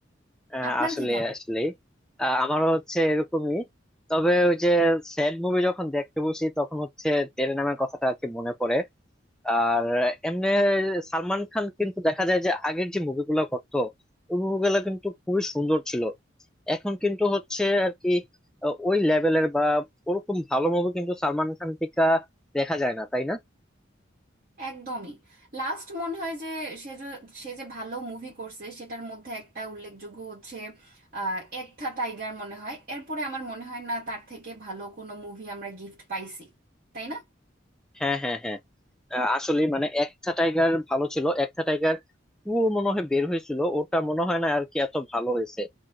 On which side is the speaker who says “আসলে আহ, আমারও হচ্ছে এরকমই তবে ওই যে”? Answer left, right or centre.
Centre